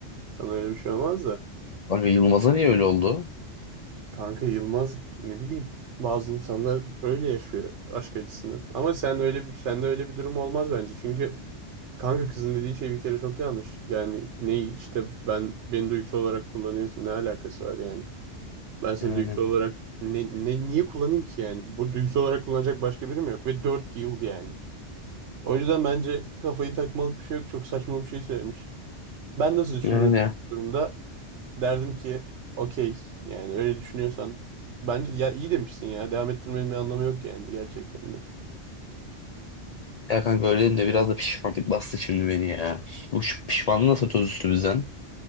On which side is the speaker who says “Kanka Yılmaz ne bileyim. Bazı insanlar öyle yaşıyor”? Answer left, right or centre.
Right